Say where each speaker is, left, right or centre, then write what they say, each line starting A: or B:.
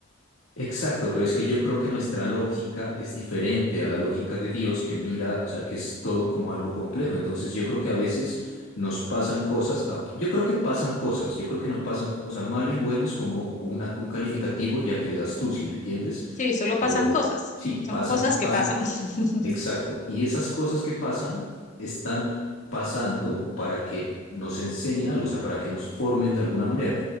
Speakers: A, on the left; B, on the left.
A: Exacto, pero es que yo creo que nuestra lógica es diferente a la lógica de Dios que mira, o sea, que es todo como algo complejo. Entonces yo creo que a veces nos pasan cosas, a- yo creo que pasan cosas, yo creo que no pasan, o sea, malo y bueno es como una- un calificativo ya que le das tú, ¿sí me entiendes?
B: Sí, solo
A: Pero
B: pasan cosas,
A: sí,
B: son
A: pasan,
B: cosas que
A: pasan,
B: pasan.
A: co-
B: <laughs>
A: exacto. Y esas cosas que pasan están pasando para que nos enseñen algo, o sea, para que nos formen de alguna manera.